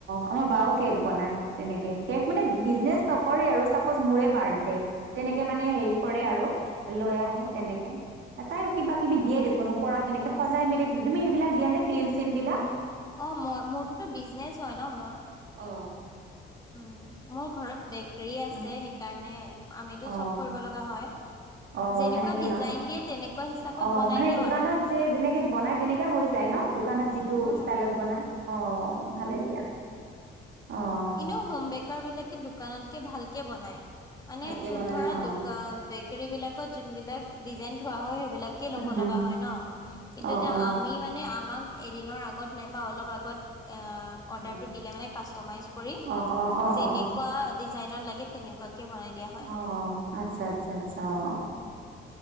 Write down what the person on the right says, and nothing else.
আমাৰ বাও কেক বনায় তেনেকে। কেক মানে বিজনেছ নকৰে আৰু চাপজ মোৰে বাৰ্থডে। তেনেকে মানে হেৰি কৰে আৰু লৈ আহে
তেনেকে
তাইও কিবাকিবি
দিয়ে
দেখোন। পৰাত তেনেকৈ সজাই মেলি ধু <unintelligible> তুমি সেইবিলাক দিয়া নে ক্ৰীম চিমবিলাক?
অঁ!
অ
অ
অ!
সেনেকে
ল।
অ!
মানে
দোকানত
যে যেনেকে বনাই তেনেকে হৈ যায় ন? দোকানত যিটো
ষ্টাইলত বনাই। অ! ভালেই দিয়া। অঁ!
ভালকে বনাই
অ
উম,
অ
অ
অ
অ অ অ
অ
অ! আচ্ছা-আচ্ছা-আচ্ছা অ!